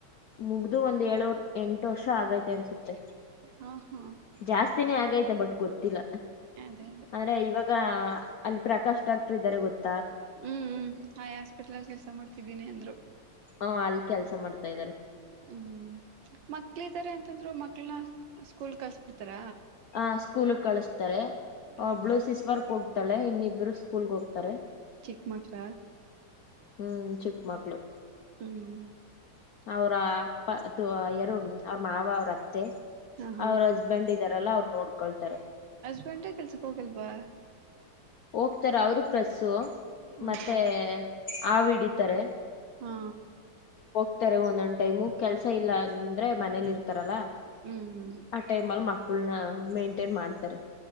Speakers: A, on the left; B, on the right.
A: ಮುಗ್ದು ಒಂದ್ ಏಳುರ್ ಎಂಟು ವರ್ಷ ಆಗೈತೆ ಅನ್ಸುತ್ತೆ
B: ಹಾ ಹಾ
A: ಜಾಸ್ತಿನೇ ಆಗೈತೆ ಬಟ್ ಗೊತ್ತಿಲ್ಲ
B: ಅದೇ ಅದೇ
A: ಅಂದ್ರೆ ಇವಾಗ ಅಲ್ಲಿ ಪ್ರಕಾಶ್ ಡಾಕ್ಟರ್ ಇದ್ದಾರೆ ಗೊತ್ತು
B: ಹ್ಮ್ ಹ್ಮ್ ಹಾಸ್ಪಿಟ್ಲ್ ಕೆಲ್ಸ ಮಾಡ್ತಿದ್ದೀನಿ ಅಂದ್ರು
A: ಹ ಅಲ್ಲಿ ಕೆಲಸ ಮಾಡ್ತಾ ಇದಾರೆ
B: ಹ್ಮ್ ಮಕ್ಳ ಇದಾರೆ ಅಂತಂದ್ರು ಮಕ್ಳನ ಸ್ಕೂಲ್ ಕಸ್ ಬಿಡ್ತಾರ
A: ಹ ಸ್ಕೂಲ್ ಕಳಿಸಸ್ತಾರೆ
B: ಹ್ಮ
A: ಒಬ್ಬಳು ಸಿಸ್ ವರ್ಕ್ ಹೋಗ್ತಾಳೆ ಇನ್ನಿಬ್ರು ಸ್ಕೂಲ್ಗೆ ಹೋಗ್ತಾರೆ
B: ಚಿಕ್ ಮಕ್ಳ
A: ಹ್ಮ್ ಚಿಕ್ಕಮಕ್ಳು
B: ಹ್ಮ್
A: ಅವ್ರ ಅಪ್ಪ ಅಥ ಯಾರೋ ಅವ್ರ ಮಾವ ಅವ್ರ ಅತ್ತೆ
B: ಹಾ ಹಾ
A: ಅವ್ರ ಹಸ್ಬೆಂಡ್ ಇದ್ದಾರಲ್ಲ ಅವರು ನೋಡ್ಕೊಳ್ತಾರೆ
B: <unintelligible> ಕೆಲ್ಸಕ್ ಹೋಗಲ್ವಾ
A: ಹೋಗ್ತಾರ ಅವರು ಪ್ರೆಸ್ಸು
B: ಹಾ
A: ಮತ್ತೆ
B: ಹಾ
A: ಆವು ಹಿಡಿತಾರೆ
B: ಹಾ
A: ಇರ್ತಾರೆ ಒಂದೊಂದ್ ಟೈಮು ಕೆಲ್ಸ ಇಲ್ಲ ಅಂದ್ರೆ ಮನೇಲಿ ಇರ್ತಾರಲ್ಲ
B: ಹ್ಮ್
A: ಆ ಟೈಮ್ ಅಲ್ಲಿ ಮಕ್ಕಳನ ಮೇಂಟೇನ್ ಮಾಡ್ತಾರೆ